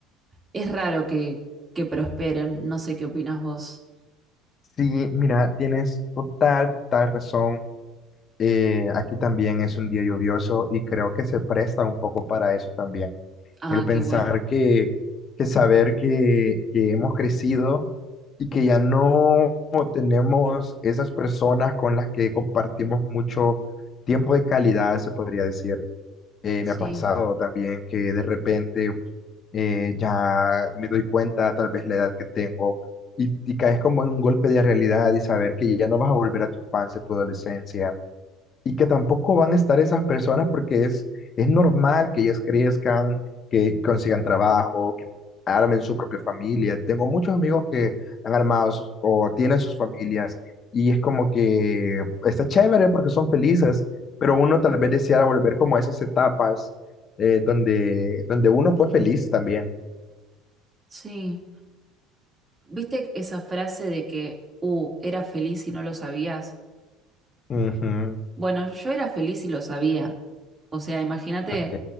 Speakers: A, on the right; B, on the left.
A: es raro que, que prosperen, no sé qué opinas vos.
B: Sí, mira, tienes total, total razón. Eh, aquí también es un día lluvioso y creo que se presta un poco para eso también.
A: Ah,
B: el pensar
A: qué bueno.
B: que, que saber que, que hemos crecido y que ya no tenemos esas personas con las que compartimos mucho tiempo de calidad, se podría decir. Eh,
A: Sí,
B: me ha pasado también que de repente eh, ya me doy cuenta, tal vez la edad que tengo, y, y caes como en un golpe de realidad y saber que ya no vas a volver a tu infancia, tu adolescencia y que tampoco van a estar esas personas porque es, es normal que ellas crezcan, que consigan trabajo, que armen su propia familia. Tengo muchos amigos que han armado sus- o tienen sus familias y es como que está chévere porque son felices, pero uno tal vez deseara volver como a esas etapas eh, donde, donde uno fue feliz también.
A: sí. ¿Viste esa frase de que, uh, eras feliz y no lo sabías?
B: Ujú,
A: Bueno, yo era feliz y lo sabía. O sea, imagínate
B: ok,